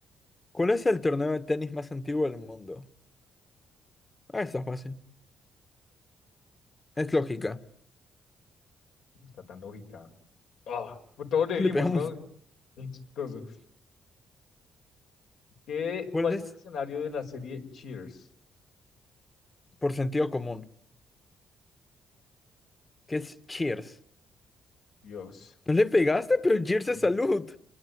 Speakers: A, on the left; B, on the left.
A: ¿Cuál es el torneo de tenis más antiguo del mundo? Ah, está fácil. Es lógica.
B: No Está tan lógica. Ah, pues todos le
A: <laughs> Le
B: dimos,
A: pegamos.
B: ¿no? Qué chistoso. ¿Qué-
A: ¿Cuál
B: cuál
A: es
B: es el escenario de la serie Cheers?
A: por sentido común? ¿Qué es Cheers?
B: Dios.
A: No le pegaste, pero Cheers
B: Mm,
A: es salud.